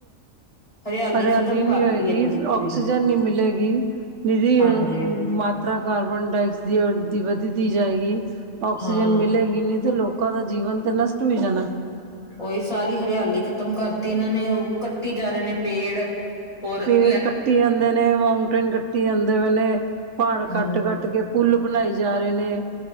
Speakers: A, on the left; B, on the right.
A: ਹਰਿਆਲੀ
B: ਹਰਿਯਾਲੀ
A: ਖ਼ਤਮ
B: ਨੀ
A: ਕਰਤੀ
B: ਹੋਏਗੀ,
A: ਹੈ ਬਿਲਕੁਲ
B: ਔਕਸੀਜਨ
A: ਹੀ
B: ਨੀ ਮਿਲੇਗੀ, ਨਿਰੀ
A: ਹਾਂਜੀ
B: ਅ ਮਾਤ ਤਰ੍ਹਾਂ ਕਾਰਬਨ ਡਾਇਆਕਸੀਅਡ ਦੀ ਵਧਦੀ ਜਾਏਗੀ, ਆਕਸੀਜਨ
A: ਹਾਂ
B: ਮਿਲੇਗੀ ਨੀ ਤੇ ਲੋਕ ਲੋਕਾਂ ਦਾ ਜੀਵਨ ਤੇ ਨਸ਼ਟ ਹੋਈ ਜਾਣ।।
A: ਔਹੀ ਸਾਰੀ ਹਰਿਆਲੀ ਖ਼ਤਮ ਕਰਤੀ ਇਹਨਾਂ ਨੇ, ਔ ਕੱਟੀ ਜਾ ਰੇ ਨੇ ਪੇੜ। ਔਰ
B: ਪੇੜ
A: ਇਲੈਕ
B: ਕੱਟੀ ਜਾਂਦੇ ਨੇ, ਮਾਉਂਟੇਨ ਕੱਟੀ ਜਾਂਦੇ ਪੇਣੇ। ਪਹਾੜ ਕੱਟ-ਕੱਟ
A: ਹਮ
B: ਕੇ ਪੁੂੱਲ ਬਣਾਈ ਜਾ ਰੇ ਨੇ।